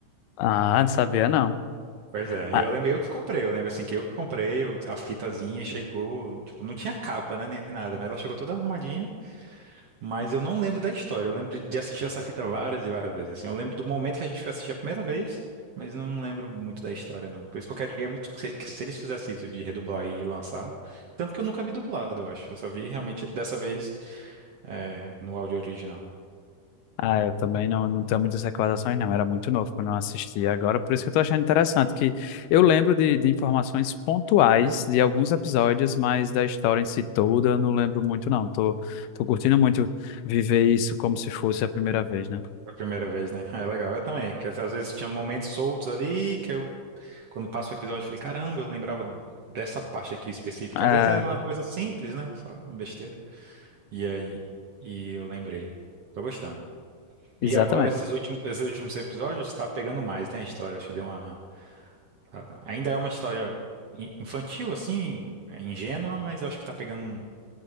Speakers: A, on the left; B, on the right.
A: Ah, não sabia não.
B: Pois é.
A: Ah,
B: E eu lembrei eu que comprei. Eu lembro assim que eu que comprei, eu- a fitazinha chegou, tipo, não tinha capa, né? Nem nada, mas ela chegou toda arrumadinha. Mas eu não lembro da história. Eu lembro de assistir essa fita várias e várias vezes. Assim, eu lembro do momento que a gente foi assistir a primeira vez, mas não lembro muito da história, não. Por isso que eu queria muito que se, que se eles fizessem isso de redublar e lançar. Tanto que eu nunca vi dublado, eu acho. Eu só vi realmente dessa vez é, no áudio original.
A: Ah, eu também não, não tenho muitas recordações, não. Era muito novo quando eu assisti. Agora, por isso que eu tô achando interessante, que eu lembro de, de informações pontuais de alguns episódios, mas da história em si toda eu não lembro muito, não. Tô, tô curtindo muito viver isso como se fosse a primeira vez, né?
B: A primeira vez, né? Ah, É legal. Eu também. Que às às vezes tinha momentos soltos ali que eu, quando passo o episódio, eu falei, caramba, eu lembrava dessa parte aqui específica.
A: Ah,
B: Que às vezes é uma coisa simples, né? Só uma besteira. E aí, e eu lembrei. Tô gostando.
A: exatamente.
B: E agora, esses últimos, esses últimos episódios, tá pegando mais, né, a história. Acho que deu uma. tá- tá- Ainda é uma história in- infantil, assim, é ingênua, mas eu acho que tá pegando um,